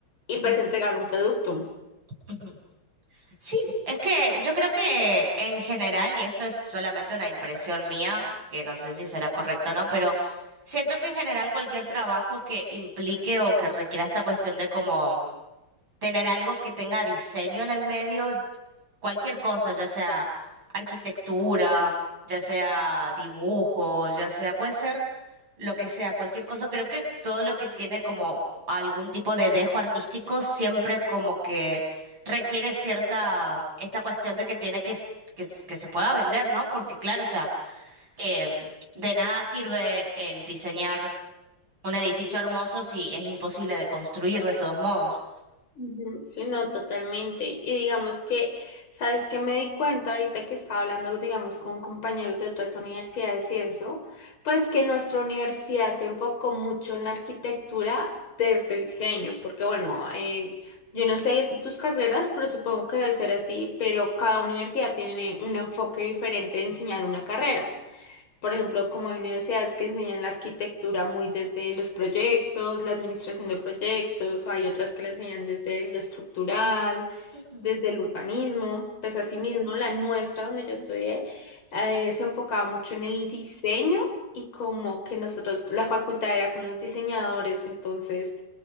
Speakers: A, on the left; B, on the right.
A: y
B: ujú,
A: pues entregar un producto.
B: ujú. Sí, es que yo creo que en general, y esto es solamente una impresión mía, que no sé si será correcto o no, pero siento que en general cualquier trabajo que implique o que requiera esta cuestión de como tener algo que tenga diseño en el medio, cualquier cosa, ya sea arquitectura, ya sea dibujo, ya sea, puede ser lo que sea, cualquier cosa. Creo que todo lo que tiene como algún tipo de dejo artístico siempre como que requiere cierta, esta cuestión de que tiene que, s- que, s- que se pueda vender, ¿no? Porque claro, o sea, em, de nada sirve el diseñar un edificio hermoso si es imposible de construir de todos modos.
A: Ujú, Sí, no, totalmente. Y digamos que, ¿sabes qué me di cuenta ahorita que estaba hablando, digamos, con compañeros de otras universidades y eso? Pues que nuestra universidad se enfocó mucho en la arquitectura desde el diseño, porque bueno, eh, yo no sé es- tus carreras, pero supongo que debe ser así, pero cada universidad tiene un enfoque diferente de enseñar una carrera. Por ejemplo, como hay universidades que enseñan la arquitectura muy desde los proyectos, la administración de proyectos, o hay otras que la enseñan desde lo estructural,
B: Ujú,
A: desde el urbanismo. Pues
B: ujú.
A: asimismo, la nuestra, donde yo estudié, eh, se enfocaba mucho en el diseño y como que nosotros, la facultad era con los diseñadores, entonces